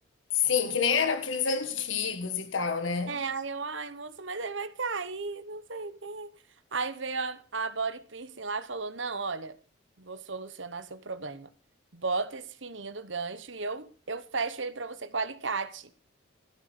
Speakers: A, on the left; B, on the right.
A: Sim, que nem eram aqueles antigos e tal, né?
B: É, aí eu, ai, moço, mas ele vai cair, não sei o quê. Aí veio a, a body piercing lá e falou: Não, olha, vou solucionar seu problema. Bota esse fininho do gancho e eu, eu fecho ele pra você com alicate.